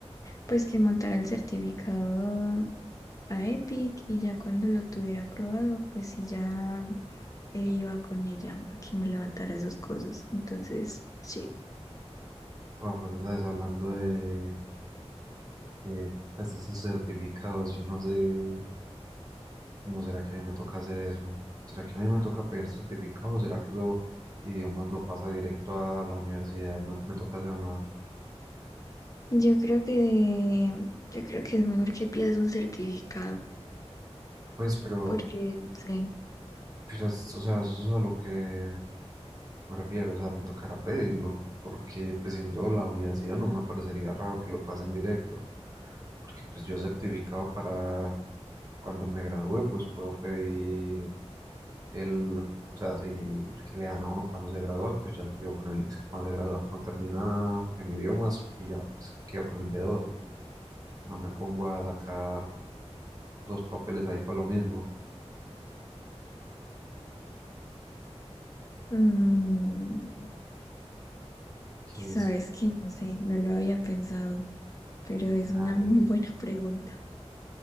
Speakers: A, on the left; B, on the right.
A: pues que montara el certificado a Epic y ya cuando lo tuviera aprobado, pues sí, ya eh, iba con ella a que me levantara esas cosas. Entonces, sí.
B: Ah, pero sabes, hablando de, de, pues, de esos certificados, yo no sé. ¿Cómo será que a mí me toca hacer eso? ¿Será que a mí me toca pedir certificado? será que eso idiomas lo pasa directo a la universidad y no me toca hacer nada?
A: Yo creo que, yo creo que es mejor que pidas un certificado,
B: Pues, pero,
A: porque, no sé,
B: pero, es- o sea, eso es a lo que me refiero, o sea, me tocará pedirlo, porque pues siendo la universidad no me parecería raro que lo pasen directo, porque pues yo certificado para cuando me gradúe, pues puedo pedir El, o sea, sí, el que le dan a uno cuando se gradúa, pues ya lo pido con él. Es que cuando se gradúa, cuando termina en idiomas, y ya pues quedo con el B2. No me pongo a sacar dos papeles ahí para lo mismo.
A: mm,
B: Que
A: sabes
B: es,
A: que, no sé, no lo había pensado, pero
B: que
A: es
B: sabes,
A: una muy buena <laughs> pregunta.